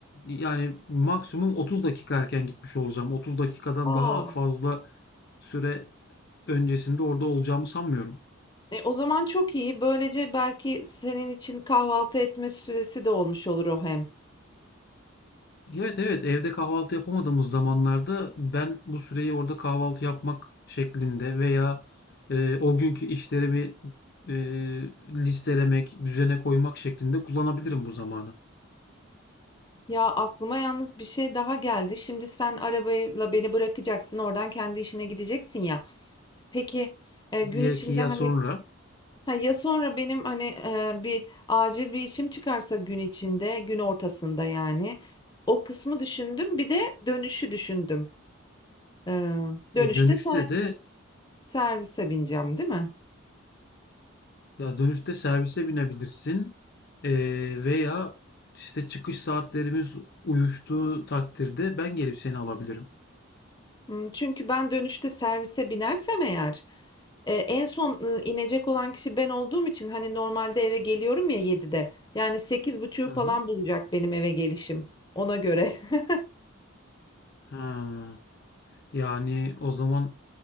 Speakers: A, on the left; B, on the left.
A: yani maksimum 30 dakika erken gitmiş olacağım. 30 dakikadan
B: Aa,
A: daha fazla süre öncesinde orada olacağımı sanmıyorum.
B: e, o zaman çok iyi. Böylece belki senin için kahvaltı etme süresi de olmuş olur o hem.
A: Evet evet evde kahvaltı yapamadığımız zamanlarda ben bu süreyi orada kahvaltı yapmak şeklinde veya e, o günkü işlerimi e, listelemek, düzene koymak şeklinde kullanabilirim bu zamanı.
B: Ya aklıma yalnız bir şey daha geldi. Şimdi sen arabayla beni bırakacaksın, oradan kendi işine gideceksin ya. Peki e, gün
A: Ya
B: içinde
A: ki ya
B: hani
A: sonra
B: ha, ya sonra benim hani e, bir acil bir işim çıkarsa gün içinde, gün ortasında yani. O kısmı düşündüm. Bir de dönüşü düşündüm. E, dönüşte
A: e, dönüşte
B: ser-
A: de
B: servise bineceğim, değil mi?
A: ya dönüşte servise binebilirsin E, veya işte çıkış saatlerimiz uyuştuğu takdirde ben gelip seni alabilirim.
B: Hmm, Çünkü ben dönüşte servise binersem eğer. E, en son e, inecek olan kişi ben olduğum için hani normalde eve geliyorum ya 7'de. Yani sekiz buçuğu
A: Hı hı.
B: falan bulacak benim eve gelişim. Ona göre. <laughs>
A: Ha, yani o zaman